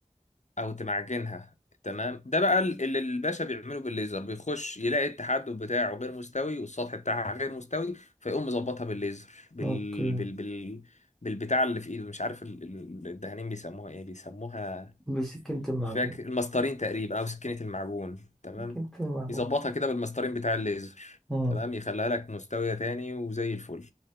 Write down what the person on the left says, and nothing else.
او تمعجنها تمام ده بقى ال- اللي الباشا بيعمله بالليزر بيخش يلاقي التحدب بتاعه غير مستوي والسطح بتاعها غير مستوي فيقوم مظبطها بالليزر بال
بال بال بالبتاع اللي في ايده مش عارف ال- ال- الدهانين بيسموها ايه بيسموها
مش فاكر المسطرين تقريبا او سكينة المعجون تمام
يظبطها كده بالمسطرين بتاع الليزر
تمام يخليها لك مستوية تاني وزي الفل